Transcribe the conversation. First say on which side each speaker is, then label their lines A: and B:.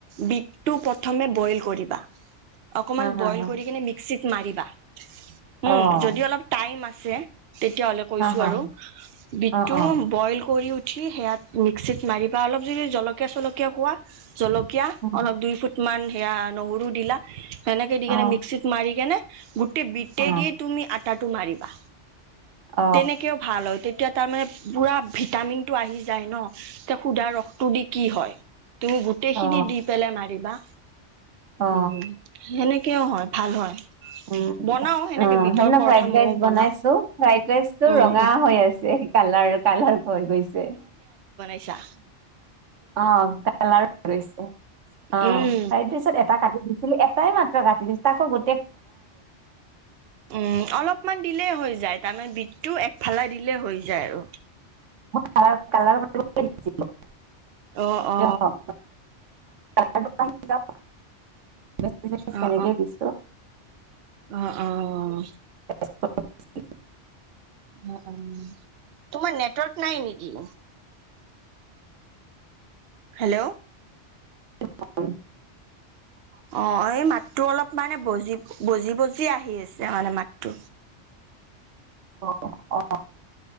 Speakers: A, on the right; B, on the right.
A: বিতটো প্ৰ থমে বইল কৰিবা। অকমান
B: হা হা
A: বইল
B: হা।
A: কৰি কিনে মিক্সিত মাৰিবা। উম
B: অ।
A: যদি অলপ টাইম আছে তেতিয়াহলে কৈছো
B: হা হা
A: আৰু। বিতটো
B: অ অ
A: বইল কৰি উঠ। উঠি সেয়াত মিক্সিত মাৰিবা অলপ যদি জলকীয়া চলকীয়া খোৱা। জল কীয়া
B: অ
A: অলপ দুই ফুট মান সেয়া নহৰু দিলা। সেনেকে দি
B: অ
A: কেনে
B: অ
A: মিক্সিত মাৰি কেনে। গোটেই বিতেই
B: অ
A: দি তুমি আটাটো মাৰিবা।
B: অ
A: তেনেকেও ভাল হয়। তেতিয়া তাৰমানে পুৰা ভিটামিনটো আহি যায় ন। সুধা ৰসটো দি কি হয়। তুমি গোটেইখিনি
B: অ
A: দি পেলাই মাৰিবা।
B: অ
A: উম সেনেকেও হয় ভাল হয়।
B: উ
A: বনাও সেনেকে
B: অ
A: বিটৰ
B: হেদিনা
A: পৰঠা
B: ফ্ৰাইড
A: ময়ও
B: ৰাইচ
A: বনাও
B: বনাইছো। ফ্ৰাইড ৰাইচ টো
A: উম
B: ৰঙা
A: উম
B: হৈ আছে। কালাৰ কালাৰ হৈ গৈছে।
A: আতছা।
B: অ কালাৰ গৈছে, অ
A: উম
B: ফ্ৰাইড ৰাইচত এটা কাটি দিছিলে। এটাই মা ত্ৰ কাটি তাকো গো
A: উম অলপমান দি দিলে হৈ যায়। তাৰমানে বিতটো একফালা দিলে হৈ যায় আৰু।
B: কালাৰ <unintelligible>
A: অ অ। অহ
B: হওক, কালাৰটো আহি যাওক, বেছি বেছি
A: অহ,
B: তেনেকেই দিছো
A: অহ অহ।
B: <unintelligible>
A: অ উম তোমাৰ নেটৱৰ্ক নাই নিকি? হেল্ল'।
B: হয়।
A: অ এই মাতটো অলপ মানে বজি বজি বজি আহি আছে মানে মাতটো।
B: অ অ।